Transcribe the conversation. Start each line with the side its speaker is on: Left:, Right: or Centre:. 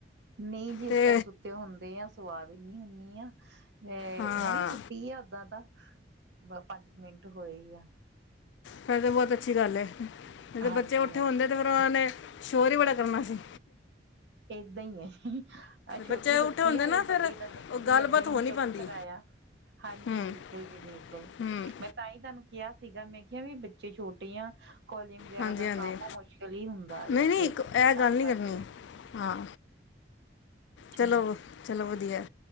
Right: ਨੀ ਜਿਸ
Left: ਤੇ
Right: ਟੈਮ ਸੁੱਤੇ ਹੁੰਦੇ ਆ ਸਵਾ ਦਿਨੀਂ ਹੁੰ ਨੀ ਆ ਅ
Left: ਹਾਂ
Right: ਹੁਣੀ ਸੁੱਤੀ ਔਧਾ ਤਾ ਬ ਪੰਜ ਕੁ ਮਿੰਟ ਹੋਏ ਇ ਆ।
Left: ਫੇਰ ਤਾਂ ਬਹੁਤ ਅੱਛੀ ਗੱਲ ਏ। ਜ
Right: ਹਾਂਜੀ
Left: ਬੱਚੇ ਉੱਠੇ
Right: ਹਾਂਜੀ
Left: ਹੁੰਦੇ ਤੇ ਫੇਰ ਉਹਨਾ ਨੇ ਸ਼ੋਰ ਹੀ ਬੜਾ ਕਰਨਾ ਸੀ।
Right: ਏਦਾਂ ਹੀ ਏ। ਅਹ, ਛੋਟੀ
Left: ਬੱਚੇ
Right: ਸੁੱਤੀ
Left: ਉੱਠੇ ਹੁੰਦੇ
Right: ਏ ਹੱਲੇ,
Left: ਨਾ
Right: ਵੱਡੀ
Left: ਫਿਰ
Right: ਤਾ ਲੱਗੀ
Left: ਉਹ ਗੱਲਬਾਤ
Right: ਏਦਾਂ ਹੀਨ।
Left: ਹੋ ਨਹੀਂ
Right: ਚੁੱਪ
Left: ਪਾਉਂਦੀ
Right: ਕਰਾਯਾ। ਹਾਂਜੀ,
Left: ਹੂੰ
Right: ਬਿਲਕੁਲ ਜੀ, ਬਿਲਕੁਲ।
Left: ਹੂੰ
Right: ਮੈਂ ਤਾਂ ਹੀ ਤਾਂਨੂੰ ਕਿਹਾ ਸੀਗਾ, ਮੈਂ ਕਿਹਾ ਵੀ, ਬੱਚੇ ਛੋਟੇ ਆ ਕੋਲੀਮ ਵਗੈਰਾ
Left: ਹਾਂਜੀ
Right: ਦਾ
Left: ਹਾਂਜੀ
Right: ਕੰਮ ਮੁਸ਼ਕਲ ਹੀ ਹੁੰਦਾ ਏ।
Left: ਨਹੀਂ
Right: ਯਾਂ
Left: ਨਹੀਂ
Right: ਫੇਰ
Left: ਇੱਕ
Right: ਬੱਚੇ
Left: ਇਹ
Right: ਤੰਗ
Left: ਗੱਲ ਨਹੀਂ
Right: ਕਰਦੇ
Left: ਕਰਨੀ
Right: ਆ
Left: ਹਾਂ। ਚਲੋ,
Right: ਜੀ
Left: ਚਲੋ ਵ ਦਿਆ